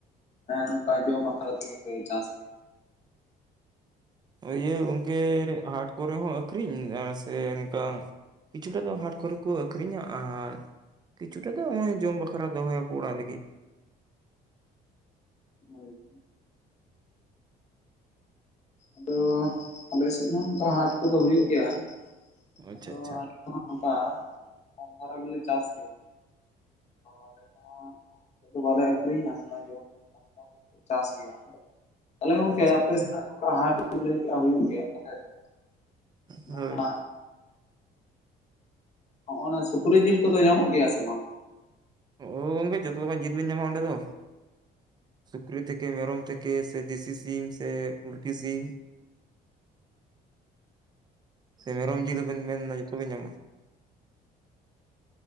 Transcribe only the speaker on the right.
ᱤᱭᱟᱹ ᱜᱚᱝᱠᱮ ᱦᱟᱴ ᱠᱚᱨᱮ ᱦᱚᱸ ᱟᱹᱠᱷᱨᱤᱧ ᱟᱨ ᱥᱮ ᱱᱚᱝᱠᱟ ᱠᱤᱪᱷᱩᱴᱟ ᱫᱚ ᱦᱟᱴ ᱠᱚᱨᱮ ᱠᱚ ᱟᱹᱠᱷᱨᱤᱧᱟ ᱟᱨ ᱠᱤᱪᱷᱩᱴᱟ ᱫᱚ ᱦᱚᱜᱼᱚᱭ ᱡᱚᱢ ᱵᱟᱠᱷᱨᱟ ᱫᱚᱦᱚᱭᱟᱠᱚ ᱚᱲᱟᱜ ᱞᱟᱹᱜᱤᱫ᱾
ᱟᱪᱪᱷᱟ
ᱟᱪᱪᱷᱟ
ᱟᱪᱪᱷᱟ
ᱟᱪᱪᱷᱟ
ᱦᱳᱭ
ᱳ ᱜᱚᱝᱠᱮ ᱡᱷᱚᱛᱚ ᱞᱮᱠᱟᱱ ᱡᱤᱞ ᱵᱤᱱ ᱧᱟᱢᱟ ᱚᱸᱰᱮ ᱫᱚ᱾ ᱥᱩᱠᱨᱤ, ᱛᱷᱮᱠᱮ ᱢᱮᱨᱚᱢ, ᱛᱷᱮᱠᱮ ᱥᱮ ᱫᱮᱥᱤ ᱥᱤᱢ, ᱥᱮ ᱞᱩᱴᱤ ᱥᱤᱢ, ᱥᱮ ᱢᱮᱨᱚᱢ ᱡᱤᱞ ᱫᱚᱵᱮᱱ ᱢᱮᱱᱟ ᱡᱷᱚᱛᱚ ᱵᱤᱱ ᱧᱟᱢᱟ᱾